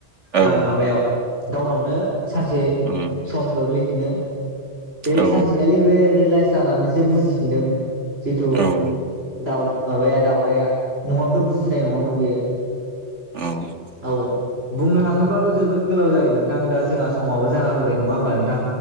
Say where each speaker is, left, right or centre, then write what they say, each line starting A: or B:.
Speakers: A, on the right; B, on the right.
A: औ
B: ओ माबायाव गावनावनो सानसे
A: उम,
B: सम गोग्लैफिनो बे
A: औ
B: सानसेखालि बे रिलाइस जानानैसो बुजिफिनदों जिथु
A: औ
B: दाउ माबाया दाउरायया नङाबथ' बुजिनाय नङामोन बेयो।
A: औ
B: औ बुंनो थाङोब्लाथ' जोबोद गोलाव जायो नोंथां दा जोंहा समावबो जाना फैबाय नङा होमबा नोंथां